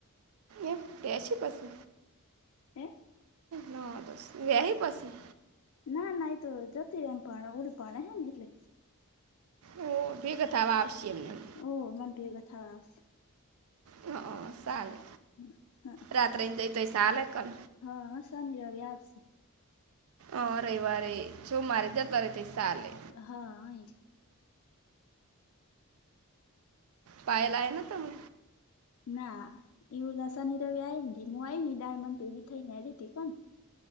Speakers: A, on the right; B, on the left.
A: એમ કે સે પસુ
B: હે
A: ન દસ વયા હ પાછી.
B: ના ના એ તો જતી રમ પ ઉડી પાણે હે ને એટલે.
A: ઓ અ બેગતા વા આવશ્યમ નમ.
B: ઓ મન પ્રિયા કથ વા આપ.
A: હમ્મ-હમ્મ સાલે.
B: હમ્મ, હા.
A: રાત્રેન ગઈ તોય સાલે કન.
B: હા, હા, શનિ રવિ આવશે.
A: અહ રવિવારે, ચોમારે જતા રે તોય સાલે
B: હા, ઈજ.
A: પાયા લાયા ના તમે.
B: ના, ઈ ઓલા શનિ રવિ આઈ ન, દીમું આઈન ઈ <unintelligible> થઈ ને આવી તી <unintelligible>